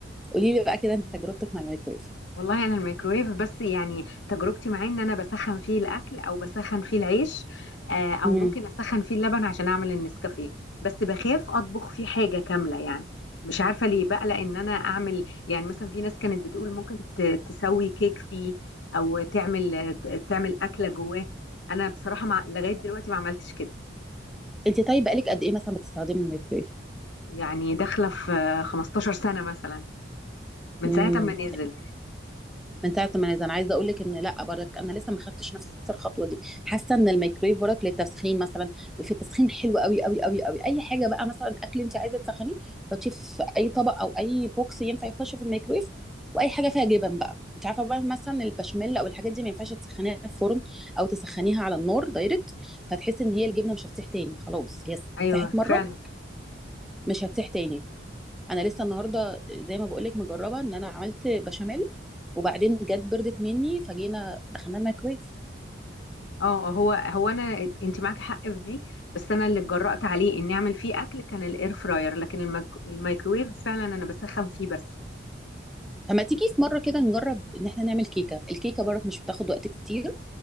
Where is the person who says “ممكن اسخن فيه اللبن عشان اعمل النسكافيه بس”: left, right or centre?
Left